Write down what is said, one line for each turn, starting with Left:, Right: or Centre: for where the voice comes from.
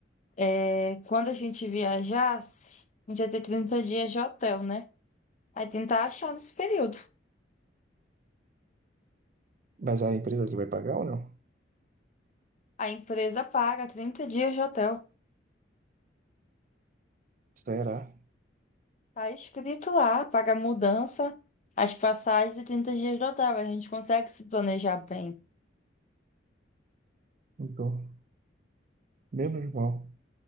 Left: É, quando a gente viajasse, a gente ia ter 30 dias de hotel, né? Aí tentar achar nesse período.
Right: Mas é a empresa que vai pagar ou não?
Left: A empresa paga 30 dias de hotel.
Right: Será?
Left: Tá escrito lá, paga a mudança, as passagens e 30 dias de hotel. A gente consegue se planejar bem.
Right: Então, menos mal.